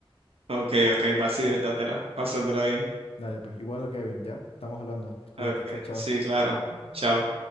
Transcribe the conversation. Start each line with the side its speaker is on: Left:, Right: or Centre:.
Right: Ok, ok, vacío, dátela, pásatela bien.
Left: Dale, pues igual lo Kevin, ¿ya? Estamos hablando. Cuídate,
Right: Ok,
Left: chao, chao.
Right: sí, claro. Chao.